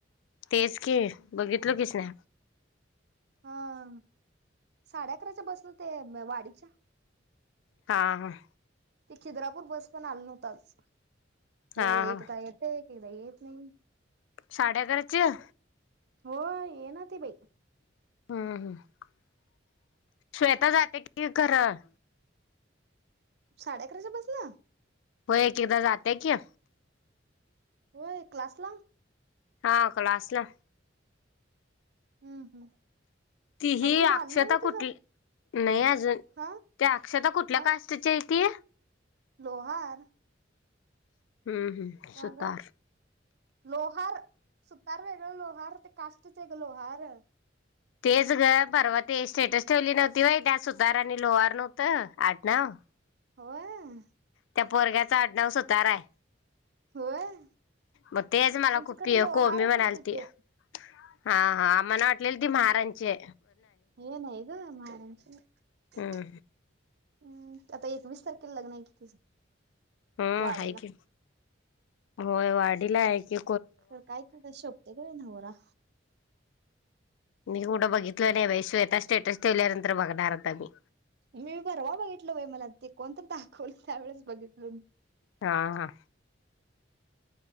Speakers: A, on the left; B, on the right.
A: तेच की बघितल कीस ना
B: हां. साडे अकराच्या बस नं ते वाडीच्या
A: हां हं.
B: ते खिद्रापूर बस पण आलं नव्हतं आज. ते
A: हा हा
B: ऐकदा येते. एकदा येत नाही.
A: साड्या घरचं
B: हो ये ना ती बाई.
A: <inaudible> श्वेता जाते की खरं
B: साडे अकराच्या बसला?
A: हो एक एकदा जात कि
B: ऐ क्लासला?
A: हा क्लासला.
B: हम्म हम्म.
A: ती ही
B: अजून
A: अक्षता
B: झालं नाही व्हय तिचं?
A: कुठली? नाही अजून,
B: हा
A: त्या अक्षता कुठल्या
B: हा
A: कास्टची आहे ती?
B: लोहार.
A: हम्म हम्म
B: काग
A: सुतार
B: लोहार, सुतार व्हय? लोहर ते काष्टचे ग लोहर?
A: तेच ग परवा ते स्टेटस ठेवली नव्हती व्हय, त्यात सुतार आणि लोहार नव्हतं आडनाव
B: होय?
A: त्या पोरग्याचा आडनाव सुतार आहे.
B: होय?
A: मग तेच मला
B: त्यांचं
A: खूप
B: खरं लोहारच
A: कोमी म्हणाल
B: येतय
A: त
B: ते.
A: <unintelligible> हा हा मना वाटलेली ती म्हारांची.
B: हे नाही ग महारच्या
A: हम्म
B: हम् आता एकवीस तारखे लग्न आहे कि तिचं.
A: हम्म
B: वाडीला.
A: हायकी. होय वाडीला आहे कि.
B: खर काय तूझा शोभतोय का नवरा?
A: मी कुठं बघितलं नाही बाई श्वेता स्टेटस ठेवल्यानंतर बघणार आता मी.
B: मी परवा बघितल वय मला ते कोणत दाखवल त्यावेळेस बघितलं. तम <unintelligible>
A: हा हा.